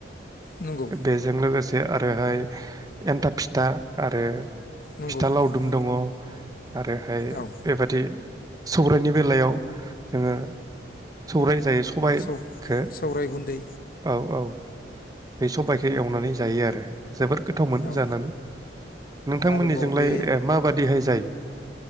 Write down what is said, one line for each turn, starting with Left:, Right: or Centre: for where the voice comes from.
Left: नंगौ
Right: बेजों लोगोसे आरोहाय एन्थाब फिथा आरो
Left: नंगौ
Right: फिथा लावदुम
Left: नंगौ
Right: दङ आरोहाय
Left: औ
Right: बेबादि सौरायनि बेलायाव जोङो सौराय जायो सबायखो
Left: सौ सौराय गुन्दै
Right: औ औ बे सबाइखौ एवनानै जायो आरो जोबोद गोथाव मोनो
Left: औ
Right: जानानै नोंथांमोननिजोंलाय
Left: आरोबाव बे
Right: माबादिहाय जायो?